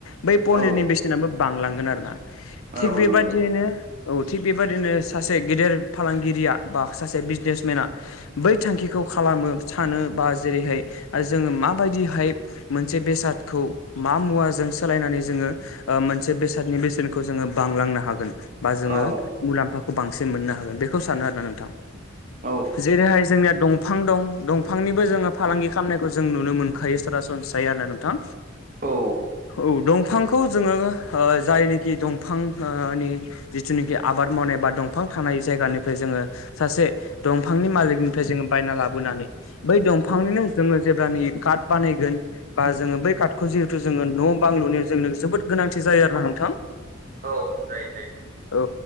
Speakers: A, on the left; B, on the right.
A: बै पनिरनि
B: औ
A: बेसेनाबो बांलांगोन आरो ना थिग
B: औ
A: बेबादियैनो
B: नंगौ
A: औ थिग बेबादिनो सासे गेदेर फालांगिरिया बा सासे बिजनेसमेना बै थांखिखौ खालामो सानो बा जेरैहाय जोङो माबायदिहाय मोनसे बेसादखौ मा मुवाजों सोलायनानै जोङो मोनसे बेसादनि बेसेनखौ जोङो बांलांनो हागोन। बा जोङो
B: औ
A: मुलाम्फाखौ बांसिन मोननो हागोन बेखौ सानो आरोोना नोंथां
B: औ
A: जेरैहाय जोंनिया दंफां दं दंफांनिबो जोङो फालांगि खालामनायखौ जों नुनो मोनखायो सरासनस्रायै आरो नोंथां।
B: औ
A: औ दं। दफांखौ जोङो जायनोखि दंफांनि जिथुनाखि आबाद मावनाय बाद दंफां थानाय जायगानिफ्राय जोङो सासे दंफांनि मालिकनिफ्राय जोङो बायना लाबोनानै बै दंफांनिनो जोङो जेब्लानि काट बानायगोन बा जोङो बै कार्टखौ जिहेथु जोङो न' बां लुनायाव जोंनो जोबोद गोनांथि जायो आरोना नोंथां
B: औ जायो जायो
A: औ